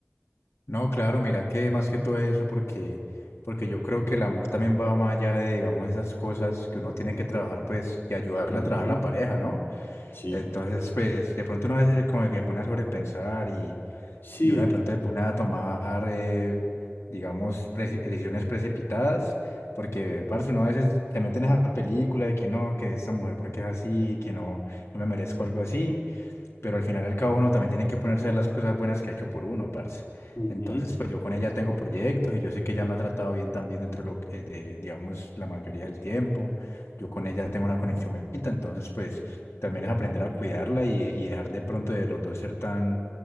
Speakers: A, on the left; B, on the left.
A: No, claro, mira que más que todo es eso porque, porque yo creo que el amor también va más allá de, digamos, esas cosas que uno tiene que trabajar, pues, y ayudarle
B: Ujú,
A: a trabajar a la pareja, ¿no?
B: Sí,
A: Entonces, pues, de pronto uno a veces como que se pone a sobrepensar y
B: sí.
A: y uno de pronto se pone a tomar, eh, digamos, preci- decisiones precipitadas, porque, parce, uno a veces se mete en esa película de que no, que esta mujer porque es así, que no, no me merezco algo así, pero al final y al cabo uno también tiene que ponerse a ver las cosas buenas que ha hecho por uno, parce.
B: ujú.
A: Entonces, pues yo con ella tengo proyectos y yo sé que ella me ha tratado bien también dentro de lo que, eh, de, digamos, la mayoría del tiempo. Yo con ella tengo una conexión muy bonita, entonces, pues también es aprender a cuidarla y, y dejar de pronto de los dos ser tan